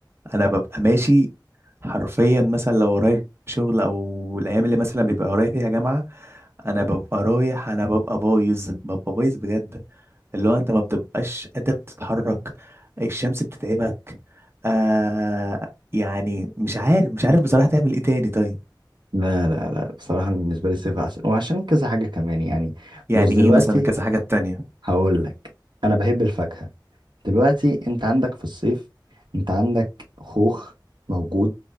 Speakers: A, on the right; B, on the right.
A: أنا ببقى ماشي حرفيا مثلا لو ورايا شغل أو الأيام اللي مثلا بيبقى ورايا فيها جامعة أنا ببقى رايح أنا ببقى بايظ ببقى بايظ بجد اللي هو أنت ما بتبقاش قادر تتحرك الشمس بتتعبك آه يعني مش عارف مش عارف بصراحة تعمل إيه تاني طيب
B: لا لا لا بصراحة أنا بالنسبة لي الصيف أحسن وعشان كذا حاجة كمان يعني
A: يعني
B: بص دلوقتي
A: إيه مثلا كذا حاجة تانية
B: هقول لك انا بحب الفاكهه دلوقتي انت عندك في الصيف انت عندك خوخ موجود